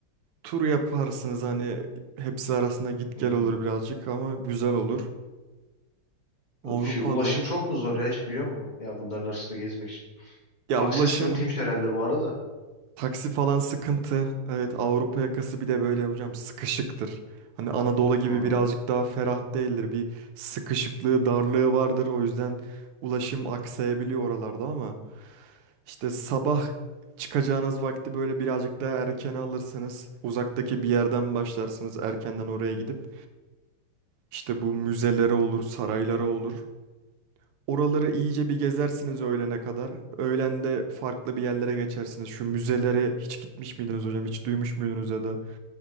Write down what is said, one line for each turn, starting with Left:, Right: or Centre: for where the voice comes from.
Right: Tur yaparsınız hani
Left: hı, hı.
Right: hepsi arasında git
Left: Hı.
Right: gel olur birazcık ama güzel olur. Avrupa'da
Left: Şey, ulaşım çok mu zor ya hiç biliyor musun? Ya bunların arasında gezmek için.
Right: ya
Left: Taksi
Right: ulaşım
Left: sıkıntıymış herhalde bu arada.
Right: Taksi falan sıkıntı. Evet Avrupa yakası bir de böyle hocam sıkışıktır. Hani Anadolu gibi
Left: Ha.
Right: birazcık daha ferah değildir. Bir sıkışıklığı, darlığı vardır. O yüzden ulaşım aksayabiliyor oralarda ama işte sabah çıkacağınız vakti böyle birazcık daha erken alırsanız uzaktaki bir yerden başlarsınız erkenden oraya gidip işte bu müzelere olur, saraylara olur. Oraları iyice bir gezersiniz öğlene kadar. Öğlen de farklı bir yerlere geçersiniz. Şu müzelere hiç gitmiş miydiniz hocam? Hiç duymuş muydunuz ya da?